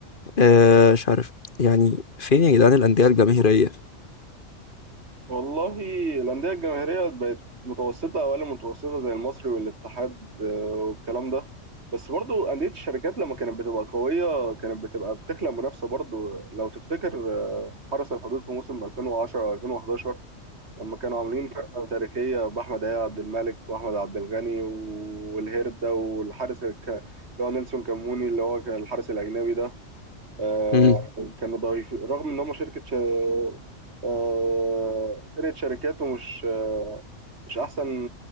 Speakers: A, on the left; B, on the right.
A: آه مش عارف يعني فين يا جدعان الأندية الجماهيرية
B: والله الأندية الجماهيرية بقت متوسطة أو أقل من متوسطة زي المصري والاتحاد آه، والكلام ده بس برضو أندية الشركات لما كانت بتبقى قوية كانت بتبقى بتخلق منافسة برضو لو تفتكر آه، حرس الحدود في موسم 2010 2011 لما كانوا عاملين فرقة تاريخية بأحمد عياء عبد الملك وأحمد عبد الغني والهيردا والحارس الك- اللي هو نيلسون كاموني اللي هو كان الحارس الأجنبي ده آه،
A: امم
B: كانوا ضعيفين رغم ان هم شركه ش... آه، فرقه شركات ومش آه، مش احسن